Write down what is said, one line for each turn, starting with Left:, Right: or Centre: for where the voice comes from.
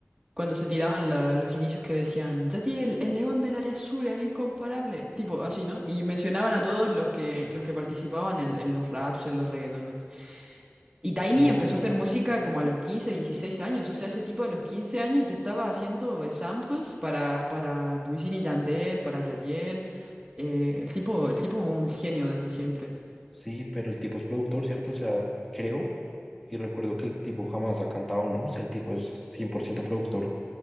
Right: cuando se tiraban la- los inicios que decían, Yadiel, el león del área azul era incomparable. Tipo así, ¿no? Y mencionaban a todos los que, los que participaban en, en los raps, en los reggaetones. Y Tiny
Centre: sí, no,
Right: empezó a hacer música como a los 15, 16 años. O sea, ese tipo a los 15 años ya estaba haciendo eh, samples para, para Wisin y Yandel, para Yadiel. Eh, el tipo, el tipo un genio desde siempre.
Centre: sí, pero el tipo es productor, ¿cierto? O sea, creo y recuerdo que el tipo jamás ha cantado, ¿no? O sea, el tipo es 100% productor.